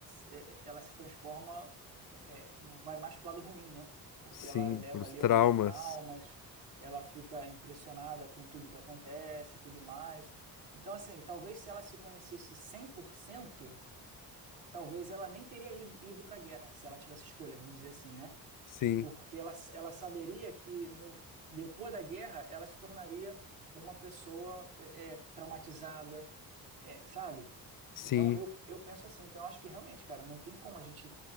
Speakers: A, on the right (about 65°); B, on the left (about 55°).
A: é, é, ela se transforma, é, é, vai mais para o lado ruim, né? Porque
B: sim,
A: ela leva
B: pros
A: ali
B: traumas.
A: alguns traumas, ela fica impressionada com tudo que acontece e tudo mais. Então, assim, talvez se ela se conhecesse cem por cento talvez ela nem teria ido, ido para a guerra, se ela tivesse escolha, vamos dizer assim, né?
B: Sim,
A: porque ela, ela saberia que no, depois da guerra ela se tornaria uma pessoa é, é, traumatizada, é, sabe?
B: sim.
A: Então eu, eu penso assim, então eu acho que realmente, cara, não tem como a gente